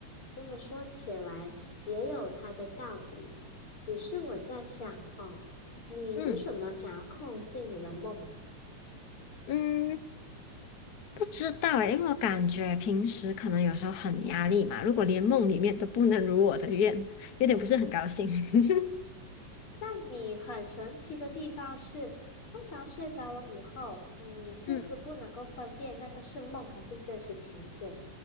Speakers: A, on the left; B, on the left.
A: 这么说起来也有它的道理。只是我在想哈，你为什么想要控制你的梦
B: 嗯。嗯，不知道诶，因为我感觉平时可能有时候很压力嘛，如果连梦里面都不能如我的愿，有点不是很高兴。<laughs>
A: 但你很神奇的地方是，通常睡着了以后，你甚至不能够分辨那个是梦还是真实情景。
B: 嗯。